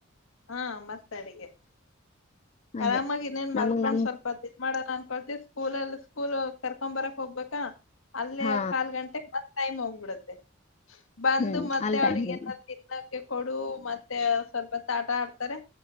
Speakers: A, on the left; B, on the left.
A: ಹಾ ಮತ್ತ ಅಡಿಗೆ.
B: ಹಂಗೆ
A: ಆರಾಮಾಗಿ ಇನ್ನೇನ್ ಮಲ್ಕೊಂಡ್
B: ನಮಗ್ ನಮ್
A: ಸ್ವಲ್. ತ್ತು ಇದು ಮಾಡ್ಬೇಕು ಅನ್ಕೊತವಿ ಸ್ಕೂಲ್ ಎಲ್ಲ ಸ್ಕೂಲ್ ಕರ್ಕೊಮ್ ಬರಕ್ ಹೋಗ್ಬೇಕಾ. ಅಲ್ಲೇ
B: ಹಾ
A: ಕಾಲ್ ಗಂಟೆಗ್ ಮತ್ ಟೈಮ್ ಹೋಗ್ಬಿಡುತ್ತೆ ಬಂದು
B: ಹ್ಮ್
A: ಮತ್ತೆ
B: ಅಲ್ಲಿ ಟೈಮ್
A: ಅವ್ರಿಗೆ
B: ಹೋಗುತ್ತೆ
A: ಏನ ತಿನ್. ತಿನ್ನಕ್ಕೆ ಕೊಡು ಮತ್ತೆ ಸ್ವಲ್ಪೊತ್ ಆಟ ಆಡ್ತಾರೆ